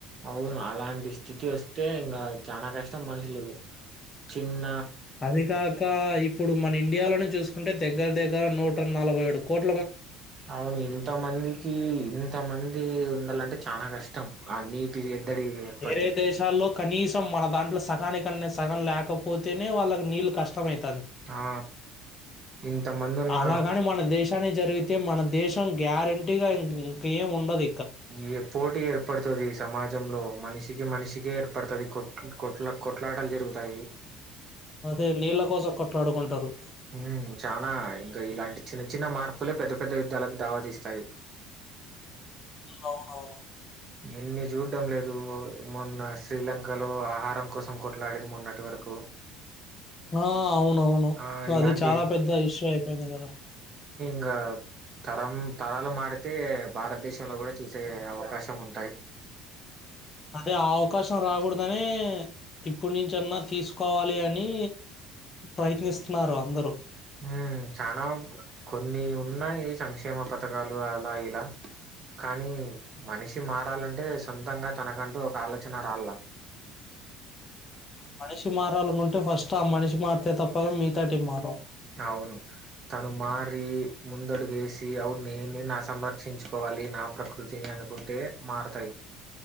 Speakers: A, on the right (about 40°); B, on the left (about 35°).
A: అవును అలాంటి స్థితి వస్తే ఇంకా చాల కష్టం మనుషులు చిన్న
B: అది కాకా ఇ ఇప్పుడు మన ఇండియాలోని చూసుకుంటే దగ్గర దగ్గర నూట నలభై ఏడు కోట్లు
A: అవును ఇంతమందికి ఇంత మంది ఉండాలంటే చాలా కష్టం ఆ నీటి ఎద్దడి ఏర్పడితే
B: వేరే దేశాల్లో కనీసం మన దాంట్లో సగానికన్నా సగం లేకపోతేనే వాళ్ళకి నీళ్ళు కష్టమైంది
A: ఆ ఇంత మందు ఉన్నా
B: అలాగని మన జరిగితే మన దేశం గ్యారంటీగా ఇంకేం ఉండదు
A: ఏ పోటీ ఏర్పడుతుంది సమాజ ప్రజంలో మనిషికి మనిషిికే ఏర్పడుతుంది కొట్ కొట్లా కొట్లాటలు జరుగుతాయి
B: అదే నీళ్ళ కోసం కొట్లాడుకుంటారు
A: ఉమ్ చానా ఇంకా ఇలాంటి చిన్న చిన్న మార్పులే పెద్ద పెద్ద యుద్ధాలకు దావాతీస్తాయి
B: అవునవును
A: ఎన్ని చూడ్డం లేదు మొన్న శ్రీలంకలో ఆహారం కోసం కొట్లాడేది మొన్నటి వరకు
B: హ అవునవును
A: ఆ
B: సో
A: ఇలాంటి
B: అది చాలా పెద్ద ఇష్యూ అయిపోయింది కదా
A: ఇంకా తరం తరాలు మారితే భారతదేశంలో కూడా చూసే అవకాశం ఉంటాయి
B: అదే ఆ అవకాశం రాకూడదనే ఇప్పుటి నుంచన్నా తీసుకోవాలి అని ప్రయత్నిస్తున్నారు అందరూ
A: హ చనాా కొన్ని ఉన్నాయి సంక్షేమ పథకాలు అలా ఇలా కానీ మనిషి మారాలంటే సొంతంగా తనకంటూ ఒక ఆలోచన రాలాల
B: మనిషి మారాలంట ఫస్ట్ ఆ మనిషి మారుతే తప్పగా మీితాటి మనం
A: అవును తను మారి ముందడుగేసి అవు నేని నా సంరక్షించుకోవాలి నా ప్రకృతిని అనుకుంటే మారతాయి